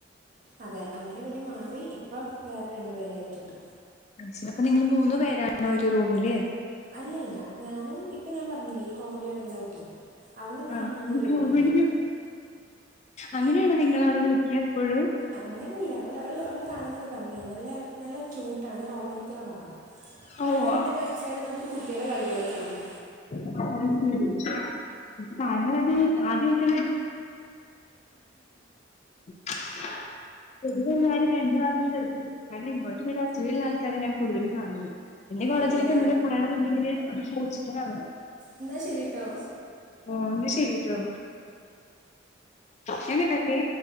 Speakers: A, on the right; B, on the left.
A: അതെ അങ്ങനെ പിന്നെ മാറി ഇപ്പം വേറെ രണ്ടു പേരായിട്ട്ണ്ട്.
B: അതുശരി അപ്പ നിങ്ങള് മൂന്ന് പേരാണോ ഒരു റൂമില്?
A: അല്ലല്ല ഞാനും ഇപ്പൊ ഞാൻ പറഞ്ഞില്ലേ ഈ കോമഡി കാണിക്കുന്ന കുട്ടി അവളും ഞാനുആണ്
B: ആഹ്. ഇത്
A: ഒരു
B: കോമഡി
A: റൂമില്.
B: അങ്ങനെയാണോ നിങ്ങളവളെ വിളിക്ക്യയെപ്പോഴും?
A: അങ്ങനെയല്ല അവള് അവ അവളെ കാണാൻ നല്ല ഭംഗിയാ നല്ല നല്ല ക്യൂട്ടാണ് നല്ല ഓമനത്തമുള്ള മുഖം.
B: ഓഹ്.
A: അവള് എന്ത് കാണിച്ചാലും നമുക്ക് കുട്ടികളെ കളി പോലെ തോന്നും.
B: <inaudible> താങ്കളത് ആദ്യമായിട്ട <unintelligible> <unintelligible> അസൂയോള്ള ആൾക്കാരെയാണ് ഞാൻ കൂടുതലും കാണുന്നത്. എന്റെ കോളേജിലൊക്കെയങ്ങനെ
A: ആണല്ലേ
B: കുറെ അതിങ്ങനെ അത് സൂക്ഷിച് നടന്നത്
A: എന്നാ ശരിട്ടോ.
B: ഓ എന്നാ ശരിട്ടോ ഞാൻ കട്ട്‌ ആക്കെ